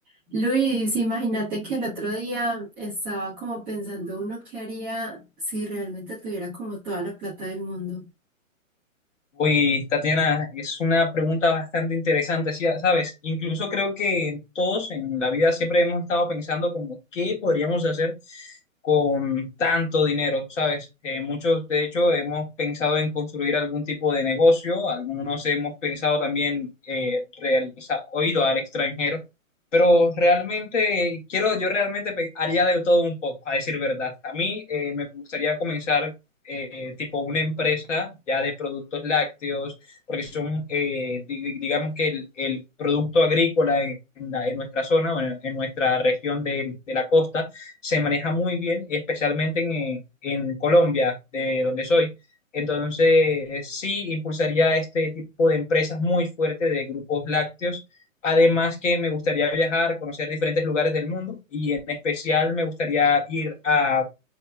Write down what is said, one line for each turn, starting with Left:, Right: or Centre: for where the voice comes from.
Centre: Luis, imagínate que el otro día estaba como pensando uno qué haría si realmente tuviera como toda la plata del mundo.
Left: Uy, Tatiana, es una pregunta bastante interesante, sí, ¿sabes? Incluso creo que todos en la vida siempre hemos estado pensando como qué podríamos hacer con tanto dinero, ¿sabes? Eh, muchos, de hecho, hemos pensado en construir algún tipo de negocio, algunos hemos pensado también eh, realizar o ido al extranjero, pero realmente, quiero, yo realmente pe- haría de todo un poco, a decir verdad. A mí eh, me gustaría comenzar eh, tipo una empresa ya de productos lácteos, porque son, eh, di- digamos que el, el producto agrícola en, la- en nuestra zona o en, en nuestra región de, de la costa se maneja muy bien, especialmente en, eh, en Colombia, de donde soy. Entonces, sí impulsaría este tipo de empresas muy fuerte de grupos lácteos. Además que me gustaría viajar, conocer diferentes lugares del mundo y en especial me gustaría ir a